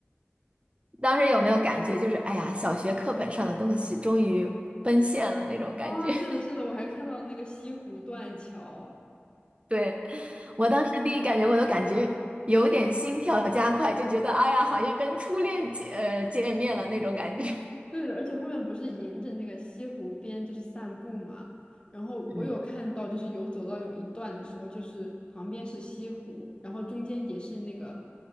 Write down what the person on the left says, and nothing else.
啊，是的，
是的，我还看到那个西湖断桥。
对的，而且后面不是沿着那个西湖边就是散步嘛，然后我有看到，
就是有走到有一段的时候，就是旁边是西湖，然后中间也是那个，